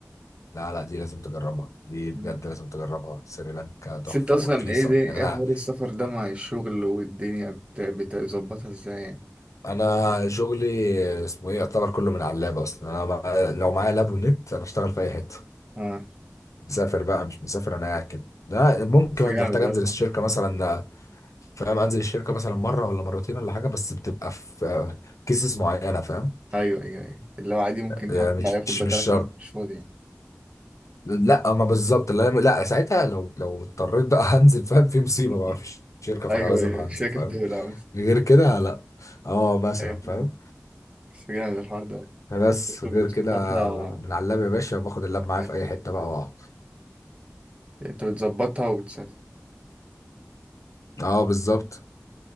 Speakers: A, on the left; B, on the right.
A: لا لا دي لازم تجربها دي بجد
B: مم.
A: لازم تجربها سريلانكا تحفة
B: بس أنت أصلا
A: ورخيصة
B: إيه دي إيه
A: يعني أنا
B: حوار السفر ده مع الشغل والدنيا بت... بتظبطها إزاي يعني؟
A: أنا شغلي اسمه إيه يعتبر كله من على اللاب أصلا أنا ما- لو معايا لاب ونت أنا أشتغل في أي حتة
B: آه
A: مسافر بقى مش مسافر أنا قاعد كده ده ممكن
B: بس جامد
A: أحتاج أنزل
B: ده
A: الشركة مثلا فاهم أنزل الشركة مثلا مرة ولا مرتين ولا حاجة بس بتبقى في كيسز معينة فاهم
B: ايوه ايوه ايوه اللي هو عادي ممكن
A: مش
B: حتى ياخد
A: مش
B: بدالك
A: مش شرط
B: لو انت مش فاضي يعني
A: لا ما بالظبط لا لا ساعتها لو لو اضطريت بقى <laughs> هنزل فاهم في مصيبة
B: <laughs>
A: بقى في الشركة فأنا
B: ايوه
A: لازم
B: ايوه
A: هنزل
B: مش فاكر
A: فاهم
B: بتقول بس
A: غير كده لا اه مثلا
B: ايوه فاهم
A: فاهم
B: بس جامد الحوار ده
A: بس
B: برضه
A: غير
B: بتظبطها
A: كده من على اللاب يا باشا باخد اللاب معايا
B: يعني
A: في اي حته بقى واقعد
B: انت بتظبطها وبتسافر
A: اه بالظبط